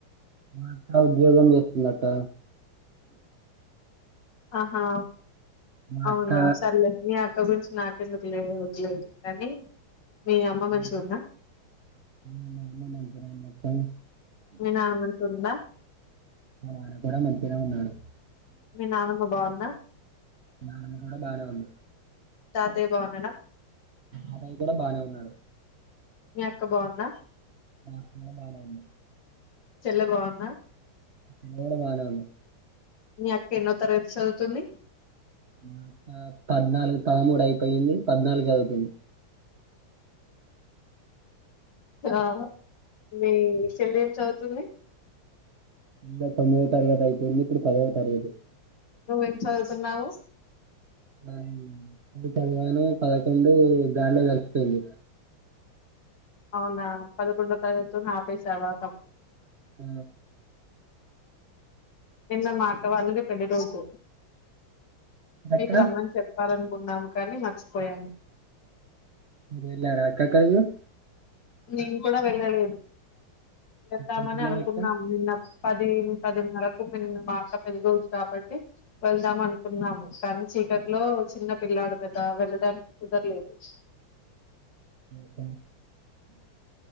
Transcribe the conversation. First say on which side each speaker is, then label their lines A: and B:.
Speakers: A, on the right; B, on the left.
A: మా అక్క ఉద్యోగం చేస్తుందక్క
B: ఆహా
A: మా
B: అవునా
A: అక్క
B: సర్లే మీ అక్క గురించి నాకు ఎందుకులేదు లేదు కానీ మీ అమ్మ
A: అ
B: మంచిగా ఉందా
A: అమ్మ మా అమ్మ మంచిగనే ఉందక్కా బా
B: మీ నాన్న మంచిగున్నాడా
A: మా నాన్న కూడా మంచినే ఉన్నాడు
B: మీ నానమ్మ బాగుందా
A: మా నాన్నమ్మ కూడా బానే ఉంది
B: తాతయ్య బాన్నాడా
A: అతని కూడా బానే ఉన్నాడు
B: మీ అక్క బాగుందా
A: నా కన్నా బానే ఉంది
B: చెల బాగుందా
A: చెలి కూడా బానే ఉంది
B: మీ అక్క ఎన్నో తరగతి చదువుతుంది
A: దకా పద్నాలుగు పదమూడు అయిపోయింది పద్నాలుగు అయిపోయింది
B: ఆ మీ సెల్ ఏం చదువుతుంది
A: ఇ తొమ్మిదో తరగతి అయిపోయింది ఇప్పుడు పదవో తరగతి
B: నువ్వేం చదువుతున్నావు
A: నా పది చదివాను పదకొండు గాల్లో కలిపిిపోయింది
B: అవునా పదకొండ తాతు నా పై సవా
A: ఆ
B: నిన్న మాక్కవళ్ళది పెళ్ళి రోజు మీకు
A: అక్క
B: రమ్మని చెప్పాలం ఉన్నాము కానీ మర్చిపోయాము
A: మేరెళ్ళర అక్క <inaudible>
B: నేను కూడా వెళ్ళలేదు వెళ్దామని
A: ఎక్కడికి వెళ్ళారు
B: అనుకున్నాము
A: అక్క
B: నిన్న పది పదిన్నరకు మ మా అక్క పెళ్లి రోజు కాబట్టి వెళ్దాం అనుకున్నాము కానీ చీకట్లో చిన్న పిల్లాడు కదా వెళ్ళడానికి కుదరలేదు
A: హమ్